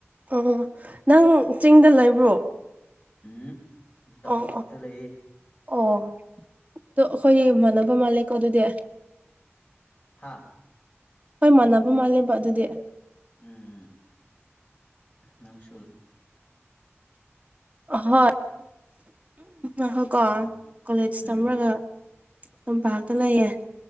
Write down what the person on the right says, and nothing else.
ꯑꯣ ꯅꯪ ꯆꯤꯡꯗ ꯂꯩꯕ꯭ꯔꯣ
ꯑꯣ
ꯑꯣ ꯑꯣ ꯑꯩꯈꯣꯏꯒꯤ
ꯃꯥꯟꯅꯕ ꯃꯥꯜꯂꯦꯀꯣ ꯑꯗꯨꯗꯤ
ꯍꯣꯏ ꯃꯥꯟꯅꯕ ꯃꯥꯜꯂꯦꯕ ꯑꯗꯨꯗꯤ
ꯍꯣꯏ ꯑꯍꯣꯏ ꯀꯣ
ꯀꯣꯂꯦꯖ ꯇꯝꯔꯒ
ꯇꯝꯄꯥꯛꯇ ꯂꯩꯌꯦ